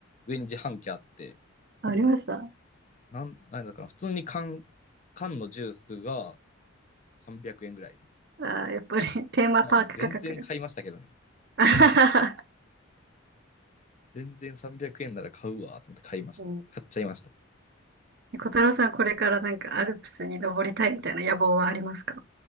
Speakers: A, on the left; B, on the right.
A: 上に自販機あって、
B: あありました。あ
A: なん、なんだかな、普通に缶、缶のジュースが300円ぐらい。
B: ーやっぱり <laughs> テーマパーク価格が。
A: まあ、全然買いましたけどね。
B: <laughs> あははは
A: 全然300円なら買うわ、と思って買いました。
B: うん、
A: 買っちゃいました。
B: 小太郎さん、これからなんかアルプスに登りたいみたいな野望はありますか